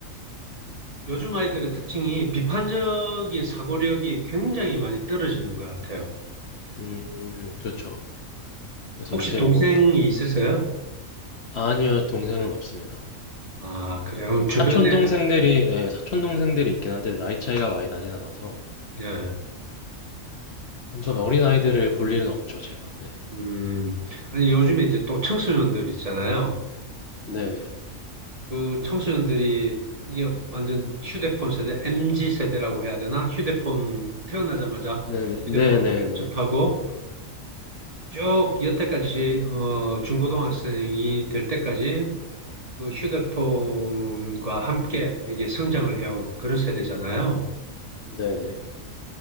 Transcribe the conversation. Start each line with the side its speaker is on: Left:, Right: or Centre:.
Right: 요즘 아이들의 특징이 비판적인 사고력이 굉장히 많이 떨어지는 것 같아요.
Left: 음, 음, 그렇죠. 그래서
Right: 혹시
Left: 요새
Right: 동생이
Left: 뭐
Right: 있으세요?
Left: 아니요 동생은 없습니다.
Right: 아, 그래요. 어, 주변에,
Left: 사촌 동생들이 예, 사촌 동생들이 있긴 한데 나이 차이가 많이 나진 않아서
Right: 예.
Left: 완전
Right: 아,
Left: 어린 아이들을 볼 일은 없죠 제가. 네,
Right: 음. 아니, 요즘에 이제 또 청소년들 있잖아요.
Left: 네,
Right: 그 청소년들이 이게 완전 휴대폰 세대, MZ 세대라고 해야 되나? 휴대폰 태어나자마자
Left: 네, 네,
Right: 휴대폰을
Left: 네, 네, 네,
Right: 접하고 쭉 여태까지 어, 중고등학생이 될 때까지 그 휴대폰과 함께 이게 성장을 해온 그런 세대잖아요.
Left: 네. 네.